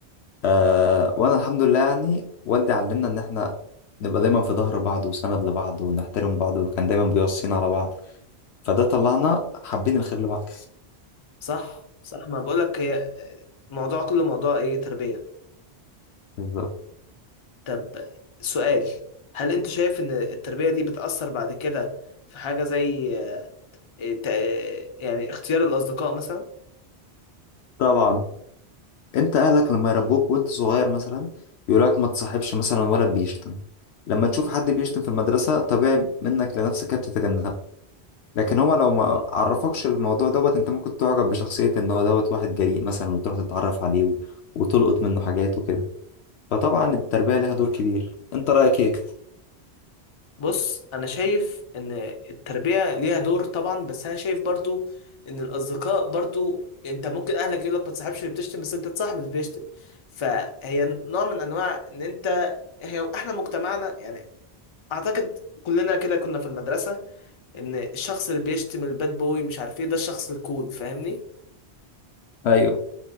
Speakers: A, on the left; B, on the left.
A: آه وانا الحمد لله يعني والدي علمنا ان احنا نبقى دايما في ظهر بعض وسند لبعض ونحترم بعض وكان دايما بيوصينا على بعض فده طلعنا حابين الخير لبعض
B: صح صح ما بقولك هي موضوع كل موضوع ايه تربيه
A: بالظبط
B: طب سؤال هل انت شايف ان التربية دي بتأثر بعد كده في حاجة زي آه، تا- يعني اختيار الأصدقاء مثلا
A: طبعا انت اهلك لما يربوك وانت صغير مثلا يقولك ما تصاحبش مثلا ولا بيشتم لما تشوف حد بيشتم في المدرسة طبيعي منك لنفسك تتجنب لكن هما لو ما عرفوكش الموضوع دوت انت ممكن تعجب بشخصية ان هو دوت واحد جريء مثلا وتروح تتعرف عليه و- وتلقط منه حاجات وكده فطبعا التربية ليها دور كبير انت رأيك ايه؟
B: بص انا شايف ان التربية ليها دور طبعا بس انا شايف برضو ان الأصدقاء برضو انت ممكن اهلك يقولك ما تصاحبش اللي بتشتم بس انت تصاحب اللي بيشتم فهي نوع من انواع ان انت هي احنا مجتمعنا يعني اعتقد كلنا كده كنا في المدرسة ان الشخص اللي بيشتم الباد بوي مش عارف ايه ده الشخص الكول فاهمني
A: ايوه